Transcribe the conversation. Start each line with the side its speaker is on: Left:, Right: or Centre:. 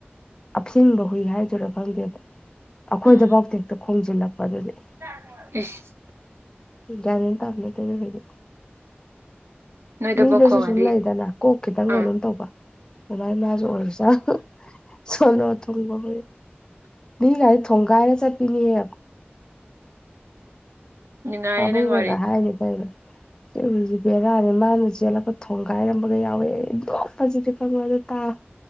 Left: ꯑꯞꯁꯤꯟꯕ ꯍꯨꯏ ꯍꯥꯏꯗꯣꯏꯔꯥ ꯈꯪꯗꯦꯕ ꯑꯩꯈꯣꯏꯗꯐꯧꯗ
Right: ꯎꯝ
Left: ꯍꯦꯛꯇ ꯈꯣꯝꯖꯤꯜꯂꯛꯄ ꯑꯗꯨꯗꯤ
Right: <unintelligible>
Left: ꯒ꯭ꯌꯥꯟ ꯇꯥꯕ ꯅꯠꯇꯦꯗ ꯈꫭꯏꯗꯤ
Right: ꯅꯣꯏꯗꯕꯧ
Left: ꯃꯤꯗꯁꯨ
Right: ꯈꯣꯡꯉꯗꯤ
Left: ꯁꯨꯝ ꯂꯩꯗꯅ ꯀꯣꯛ ꯈꯤꯇꯪ ꯀꯩꯅꯣꯝ
Right: ꯑꯥ
Left: ꯇꯧꯕ ꯗꯃꯥꯏ ꯃꯥꯁꯨ ꯑꯣꯏꯕꯖꯠ ꯁꯣꯅꯣ ꯊꯨꯡꯕ ꯍꯨꯏ ꯃꯤꯒꯥꯖꯦ ꯊꯣꯡꯒꯥꯏꯔ ꯆꯠꯄꯤꯅꯦꯌꯦ
Right: ꯅꯨꯡꯉꯥꯏꯌꯦ
Left: ꯄꯥꯕꯨꯡꯅꯒ
Right: ꯅꯪ ꯋꯥꯔꯤ
Left: ꯍꯥꯏꯅꯦ ꯀꯩꯅꫭ ꯁꯤ ꯍꯨꯏꯖꯤ ꯕꯦꯔꯥꯅꯦ ꯃꯥꯅ ꯆꯦꯜꯂꯛꯄ ꯊꯣꯡꯒꯥꯏꯔꯝꯕꯒ ꯌꯥꯎꯋꯦ ꯑꯩ ꯅꯣꯛꯄꯁꯤꯗꯤ ꯈꯪꯕ꯭ꯔ ꯑꯗꯨ ꯇꯥꯔ